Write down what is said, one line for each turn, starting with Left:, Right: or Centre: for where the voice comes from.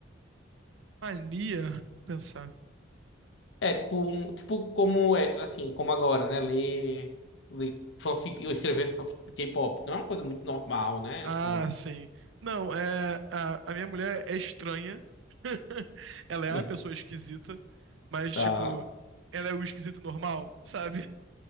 Right: Mania? Pensar.
Left: É, tipo, um- tipo como é, assim, como agora, né? Ler, ler fanfic, eu escrever fanfic de K-pop. Não é uma coisa muito normal, né?
Right: Ah,
Left: Assim,
Right: sim. Não, é, a, a minha mulher é estranha. <laughs> Ela é
Left: <laughs>
Right: a pessoa esquisita, mas,
Left: tá,
Right: tipo, ela é o esquisito normal, sabe?